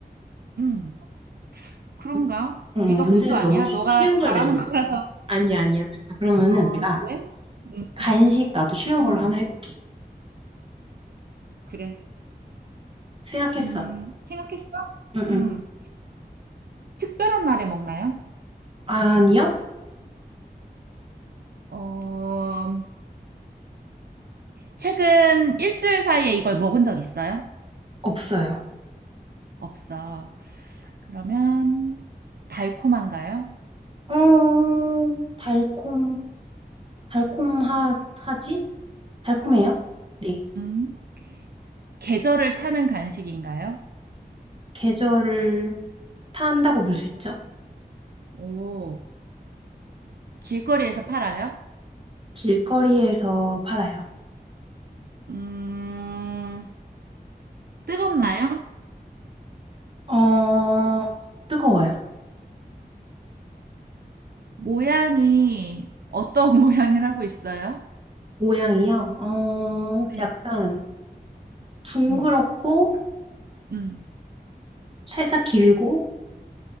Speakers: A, on the right; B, on the right.
A: 음. 그런가?
B: 음,
A: 네가
B: 음, 문제를
A: 고수 아니야?
B: 너무 쉬,
A: 너가
B: 쉬운
A: 잘하는
B: 걸 내줬어.
A: 거라서.
B: 아니야, 아니야. 아, 그러면은
A: 아,
B: 내가
A: 그래? 음,
B: 간식 나도 쉬운
A: 음.
B: 걸로 하나 해볼게.
A: 그래.
B: 생각했어.
A: 음, 생각했어?
B: 응,
A: 음.
B: 응.
A: 특별한 날에 먹나요?
B: 아니요?
A: 어, 최근 일주일 사이에 이걸 먹은 적 있어요?
B: 없어요.
A: 없어. 그러면 달콤한가요?
B: 어, 달콤, 달콤하, 하지? 달콤해요? 네.
A: 음. 계절을 타는 간식인가요?
B: 계절을 탄다고 볼 수 있죠?
A: 오, 길거리에서 팔아요?
B: 길거리에서 팔아요.
A: 음, 뜨겁나요?
B: 어, 뜨거워요.
A: 모양이 어떤 <laughs> 모양을 하고 있어요?
B: 모양이요? 어,
A: 네.
B: 약간 둥그렇고,
A: 음, 음.
B: 살짝 길고,